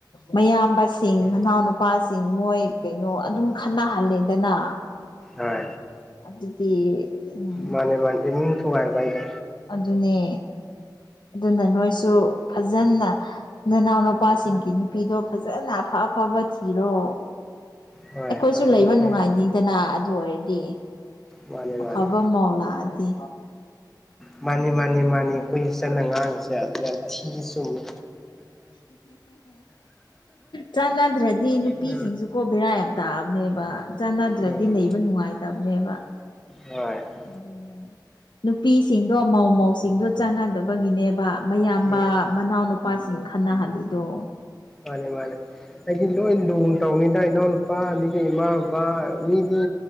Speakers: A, on the left; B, in the centre.
A: ꯃꯌꯥꯝꯕꯁꯤꯡ
B: ꯎꯝ
A: ꯃꯅꯥꯎꯅꯨꯄꯥꯁꯤꯡ ꯃꯣꯏ ꯀꯩꯅꯣ ꯑꯗꯨꯝ ꯈꯟꯅꯍꯜꯂꯦꯗꯅ
B: ꯍ
A: ꯑꯗꯨꯗꯤ ꯎꯝ
B: ꯃꯥꯅꯦ ꯃꯥꯅꯦ ꯏꯃꯨꯡ ꯊꯉꯥꯏ ꯥꯏꯗꯣ
A: ꯑꯗꯨꯅꯦ ꯑꯗꯨꯅ ꯅꯣꯏꯁꯨ ꯐꯖꯅ ꯅꯅꯥꯎꯅ ꯅꯨꯄꯥꯁꯤꯡꯒꯤ ꯅꯨꯄꯤꯗꯣ ꯐꯖꯅ ꯑꯐ ꯑꯐꯕ ꯊꯤꯔꯣ
B: ꯍꯣꯏ
A: ꯑꯩꯈꯣꯏꯁꯨ
B: ꯐꯠꯇꯕ
A: ꯂꯩꯕ
B: ꯑꯩꯈꯣꯏ
A: ꯅꯨꯡꯉꯥꯏꯅꯤꯡꯗꯅ ꯑꯗꯨ ꯑꯣꯏꯔꯗꯤ
B: ꯃꯥꯅꯦ
A: ꯑꯐꯕ
B: ꯃꯥꯅꯦ
A: ꯃꯧ ꯂꯥꯛꯑꯗꯤ
B: ꯃꯥꯅꯤ ꯃꯥꯅꯤ ꯃꯥꯅꯤ ꯀꯨꯏ ꯆꯟꯅ ꯉꯥꯡꯉꯤꯁꯦ ꯌꯥꯝ ꯊꯤ ꯆꯨꯝꯃꯤ
A: ꯆꯥꯟꯅꯗ꯭ꯔꯗꯤ ꯅꯨꯄꯤꯁꯤꯡꯁꯨꯀꯣ
B: ꯎꯝ
A: ꯕꯦꯔꯥ ꯌꯥꯝ ꯇꯥꯑꯕꯅꯦꯕ ꯆꯥꯟꯅꯗ꯭ꯔꯗꯤ
B: ꯍꯣꯏ
A: ꯂꯩꯕ ꯅꯨꯡꯉꯥꯏꯇꯕꯅꯦꯕ
B: ꯃꯥꯅꯦ
A: ꯑꯗꯨꯅꯦ ꯅꯨꯄꯤꯁꯤꯡꯗꯣ ꯃꯥꯧ ꯃꯧꯁꯤꯡꯗꯣ ꯆꯥꯟꯅꯗꯕꯒꯤꯅꯦꯕ ꯃꯌꯥꯝꯕ
B: ꯎꯝ
A: ꯃꯅꯥꯎꯅꯨꯄꯥꯁꯤꯡ ꯈꯟꯅꯍꯜꯂꯤꯗꯣ
B: ꯃꯥꯅꯦ ꯃꯥꯅꯦ ꯑꯩꯒꯤꯂꯣ ꯏ ꯂꯟ ꯇꯧꯅꯤ ꯏ ꯏꯅꯥꯎ ꯅꯨꯄꯥ ꯑꯗꯒꯤ ꯏꯃꯥ ꯕꯕꯥ ꯃꯤꯗꯤ